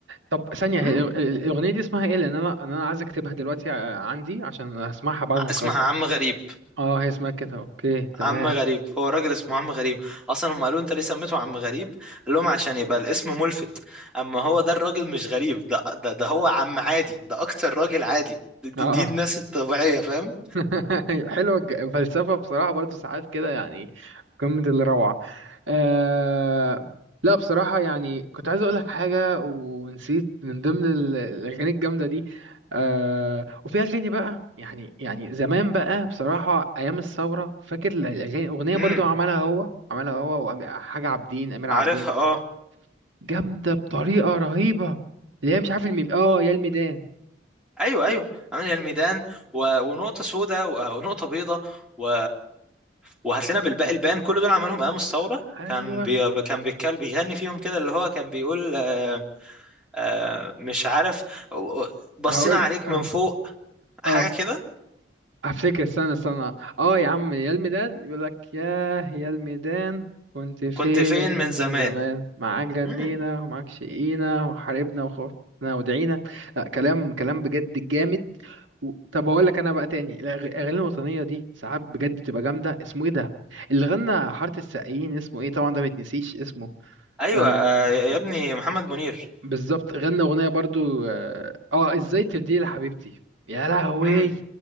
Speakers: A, on the right (about 90°); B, in the centre.
A: طب ثانية
B: مم.
A: هي الأغ- الأغنية دي اسمها ايه لأن أنا أنا عايز أكتبها دلوقتي ع- عندي عشان هسمعها بعد
B: اسمها
A: ما نخلص
B: عم غريب
A: اه هي اسمها كده اوكي تمام
B: عم غريب هو الراجل اسمه عم غريب اصلا هم قالوا انت ليه سميته عم غريب قال لهم عشان يبقى الاسم ملفت اما هو ده الراجل مش غريب ده ده, ده هو عم عادي ده اكتر راجل عادي دي, دي,
A: اه آه.
B: دي الناس الطبيعية فاهم
A: <laughs> أيوة، حلوة الج- فلسفة بصراحة برضو ساعات كده يعني قمة الروعة آه... لا بصراحة يعني كنت عايز أقولك حاجة ونسيت من ضمن ال- الأغاني الجامدة دي آه... وفي أغاني بقى يعني يعني زمان بقى بصراحة أيام الثورة فاكر الأغاني أغنية
B: امم
A: برضو عملها هو عملها هو وحاجة عابدين أمير
B: عارفها
A: عابدين
B: اه
A: جامدة بطريقة رهيبة اللي هي مش عارف الميم اه يا الميدان
B: ايوه ايوه عامل الميدان و... ونقطة سوداء و... ونقطة بيضاء و... وهات لنا بالباقي البان كل دول عملهم ايام الثورة
A: أيوه
B: كان بي... كان بيتكلم بيغني فيهم كده اللي هو كان بيقول آه، آه مش عارف بصينا
A: هقول
B: عليك
A: اه
B: من فوق حاجة
A: اه
B: كده
A: هفتكر استنى استنى اه يا عم يا الميدان يقول لك ياه يا الميدان كنت فين
B: كنت فين من زمان
A: من زمان معاك جنينا
B: امم
A: ومعاك شقينا وحاربنا وخوفنا ودعينا لا كلام كلام بجد جامد و... طب هقول لك انا بقى تاني الأغ- الاغاني الوطنيه دي ساعات بجد بتبقى جامده اسمه ايه ده اللي غنى حاره السقايين اسمه ايه طبعا ده ما يتنسيش اسمه
B: ايوه
A: آم،
B: آه يا ابني محمد منير
A: بالظبط غنى اغنيه برضو اه آه، ازاي ترضي لي حبيبتي يا لهوي
B: امم